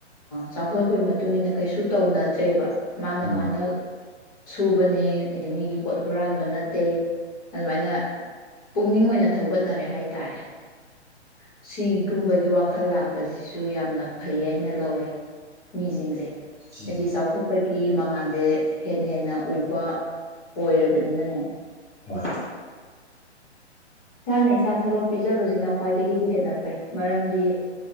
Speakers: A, on the left; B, in the centre.
A: ꯆꯥꯎꯈꯠꯂꯛꯄꯩ ꯃꯇꯨꯡ ꯏꯟꯅ ꯀꯩꯁꯨ ꯇꯧꯅꯗ꯭ꯔꯦꯕ ꯃꯥꯅ
B: ꯎꯝ
A: ꯃꯥꯅ ꯁꯨꯕꯅꯦ ꯍꯥꯏꯗꯤ ꯃꯤꯒꯤ ꯄꯣꯠ ꯍꯨꯔꯥꯟꯕ ꯅꯠꯇꯦ ꯑꯗꯨꯃꯥꯏꯅ ꯄꯨꯛꯅꯤꯡ ꯑꯣꯏꯅ ꯊꯧꯒꯠꯅꯔꯦ ꯍꯥꯏꯇꯥꯔꯦ ꯁꯤ ꯒꯨꯝꯕꯒꯤ ꯋꯥꯈꯜ ꯂꯥꯛꯄꯁꯤꯁꯨ ꯌꯥꯝꯅ ꯐꯩ ꯍꯥꯏꯅ ꯂꯧꯋꯦ ꯃꯤꯁꯤꯡꯁꯦ
B: ꯎꯝ
A: ꯍꯥꯏꯗꯤ ꯆꯥꯎꯈꯠꯄꯒꯤ ꯃꯉꯥꯟꯜ ꯦ ꯍꯦꯟꯅ ꯍꯦꯟꯅ ꯎꯕ ꯄꯣꯏꯔꯕꯅꯤꯅꯅꯦ
B: ꯍꯣꯏ
A: ꯏꯁꯥꯅ ꯏꯁꯥ ꯊꯕꯛ ꯄꯤꯖꯕꯁꯤꯅ ꯈ꯭ꯋꯥꯏꯗꯒꯤꯗꯤ ꯍꯦꯟꯅ ꯐꯩ ꯃꯔꯝꯗꯤ